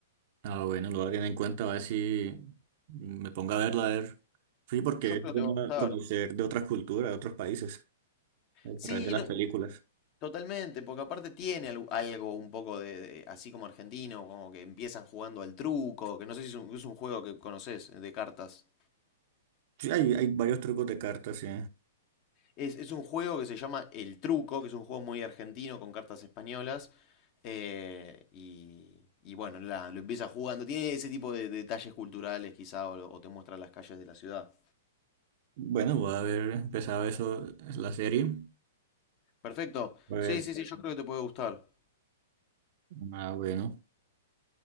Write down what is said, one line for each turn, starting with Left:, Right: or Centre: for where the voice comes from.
Right: Ah, bueno, lo voy a tener en cuenta, a ver si me pongo a verla, a ver. Sí, porque
Left: Yo
Right: es
Left: creo que
Right: bueno
Left: te va a gustar.
Right: conocer de otras culturas, de otros países, a
Left: Sí,
Right: través de las
Left: no-
Right: películas.
Left: totalmente, porque aparte tiene algo, algo un poco de, de- así como argentino, como que empiezan jugando al truco, que no sé si es un, es un juego que conoces de cartas.
Right: Sí, hay, hay varios trucos de cartas, sí.
Left: Es, es un juego que se llama El Truco, que es un juego muy argentino con cartas españolas. eh, y, y bueno, la- lo empieza jugando. Tiene ese tipo de, detalles culturales, quizá, o, o te muestra las calles de la ciudad.
Right: Bueno, voy a ver, empezado eso, la serie.
Left: Perfecto.
Right: A ver,
Left: Sí, sí, sí, yo creo que te puede gustar.
Right: ah, bueno,